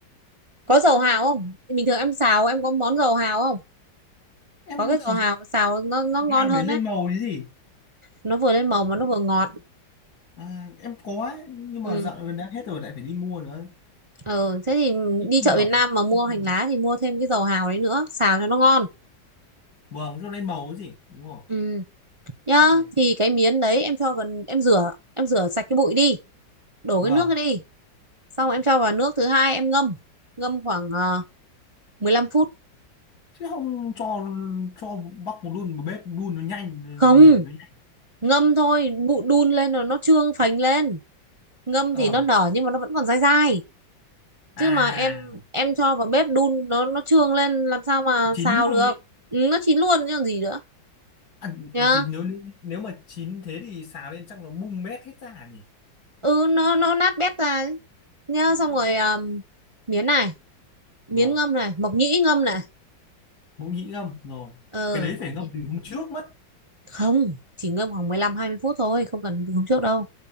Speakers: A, on the right; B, on the left.
A: có dầu hào không bình thường em xào em có món dầu hào không
B: em
A: có cái
B: cũng
A: dầu
B: chỉ
A: hào xào nó nó ngon
B: hào
A: hơn
B: để lên
A: đấy
B: màu chứ gì
A: nó vừa lên màu mà nó vừa ngọt
B: À, em có ấy, nhưng
A: ừ.
B: mà dạo này đã hết rồi lại phải đi mua nữa
A: Ờ, thế thì
B: ít
A: đi
B: khi
A: chợ
B: rồng
A: Việt Nam mà mua
B: ít
A: hành
B: khi dùng.
A: lá thì mua thêm cái dầu hào đấy nữa, xào cho nó ngon.
B: vâng cho lên màu cái gì đúng không
A: Ừ, nhá,
B: ok
A: thì cái miến đấy em cho vào em rửa, em rửa sạch cái bụi đi, đổ
B: vâng
A: cái nước cái đi. Xong rồi em cho vào nước thứ hai em ngâm, ngâm khoảng ờ, 15 phút.
B: chứ không cho cho bắc một đun vào bếp đun nó nhanh
A: Không,
B: nở nó nhanh
A: ngâm thôi, bụi đun lên rồi nó trương phành lên. Ngâm
B: ờ
A: thì nó nở nhưng mà nó vẫn còn dai dai.
B: à
A: Chứ mà em em cho vào bếp đun nó nó trương lên làm sao mà
B: chín
A: xào
B: luôn
A: được.
B: đấy
A: Ừ, nó chín luôn chứ còn gì nữa.
B: à,
A: Nhá
B: thì nếu nếu mà chín thế thì xào lên chắc nó bung bét hết ra nhỉ
A: ừ nó nó nát bét ra ấy. nhá
B: à
A: xong rồi um, miến này miến
B: vâng
A: ngâm này mộc nhĩ ngâm này
B: mộc nhĩ ngâm rồi
A: ờ
B: cái đấy
A: mộc
B: phải ngâm
A: nhĩ-
B: từ hôm trước mất
A: không chỉ ngâm khoảng mười lăm hai mươi phút thôi không cần từ hôm trước đâu